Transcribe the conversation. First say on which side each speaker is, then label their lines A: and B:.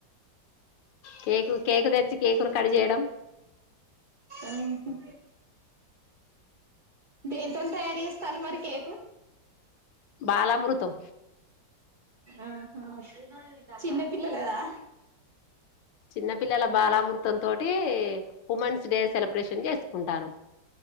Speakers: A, on the left; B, on the right.
A: కేకు కేకు తెచ్చి కేకును కడ్ చేయడం
B: ఉహు దేంతోని తయారు చేస్తాలు మరి కేకు
A: బాలమృతం
B: ఆహా చిన్న పిల్లలదా
A: చిన్న పిల్లల బాలామృతం తోటీ ఉమెన్స్ డే సెలబ్రేషన్ చేసుకుంటానం.